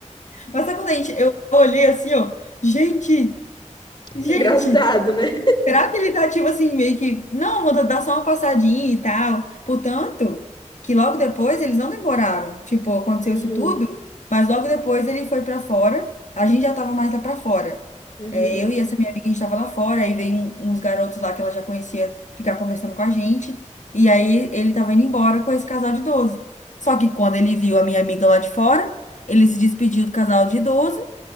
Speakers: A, on the left; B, on the left.
A: Mas sabe quando a gente. Eu olhei assim, ó. Gente, gente.
B: <laughs> engraçado, né?
A: Será que ele tá tipo assim, meio que, não, vou dar só uma passadinha e tal? Portanto, que logo depois eles não demoraram. Tipo, aconteceu
B: Hum,
A: isso tudo, mas logo depois ele foi pra fora, a gente já tava mais lá pra fora.
B: uhum.
A: É, eu e essa minha amiga, a gente tava lá fora, aí veio um- uns garotos lá que ela já conhecia ficar conversando com a gente, e aí ele tava indo embora com esse casal de idoso. Só que quando ele viu a minha amiga lá de fora, ele se despediu do casal de idoso,